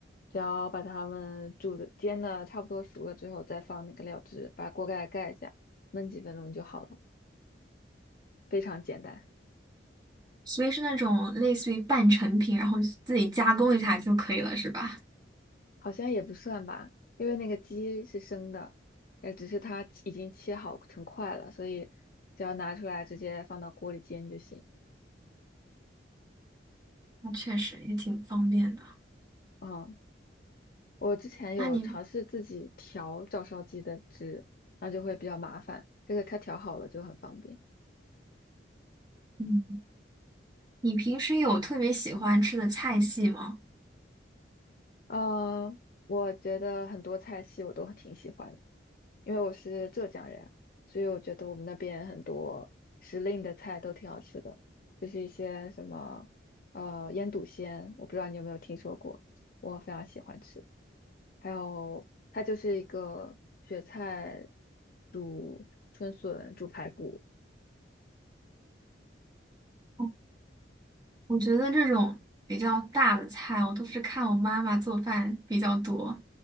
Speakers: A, on the left (about 50°); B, on the right (about 20°).
A: 只要把它们煮的、煎的差不多熟了之后，再放那个料汁，把锅盖盖一下，焖几分钟就好了，非常简单。
B: 所以是那种类似于半成品，然后自己加工一下就可以了，是吧？
A: 好像也不算吧，因为那个鸡是生的，呃，只是它已经切好成块了，所以只要拿出来直接放到锅里煎就行。
B: 那确实也挺方便的。
A: 嗯，我之前有尝试自己调照烧鸡的汁，
B: 那你。
A: 那就会比较麻烦，这个它调好了就很方便。
B: 嗯。你平时有特别喜欢吃的菜系吗？
A: 呃，我觉得很多菜系我都挺喜欢的因为我是浙江人，所以我觉得我们那边很多时令的菜都挺好吃的，就是一些什么呃腌笃鲜，我不知道你有没有听说过，我非常喜欢吃。还有它就是一个雪菜煮春笋、煮排骨，
B: 哦我觉得这种比较大的菜，我都是看我妈妈做饭比较多，